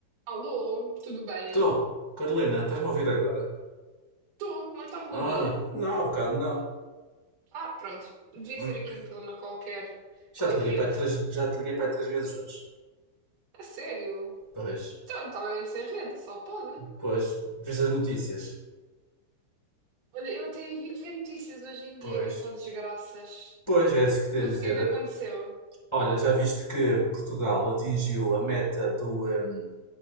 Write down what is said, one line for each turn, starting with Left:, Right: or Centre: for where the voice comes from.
Right: Alô, tudo bem?
Left: Tô, Carolina, estás-me a ouvir agora?
Right: Estou, não me estás
Left: Ah,
Right: a ouvir?
Left: não, há bocado não.
Right: Ah, pronto, devia
Left: Hum.
Right: ser aqui um problema qualquer
Left: Já
Right: com
Left: te
Right: a rede.
Left: liguei para aí três, já te liguei para aí três vezes hoje.
Right: A sério?
Left: Pois.
Right: Então, eu estava mesmo sem rede, só pode.
Left: Pois. Viste as notícias?
Right: Olha, eu até evito ver notícias hoje em dia,
Left: Pois.
Right: que é só desgraças.
Left: Pois, é isso que tenho
Right: Mas
Left: a dizer.
Right: o que é que aconteceu?
Left: Olha, já viste que Portugal atingiu a meta do, hum,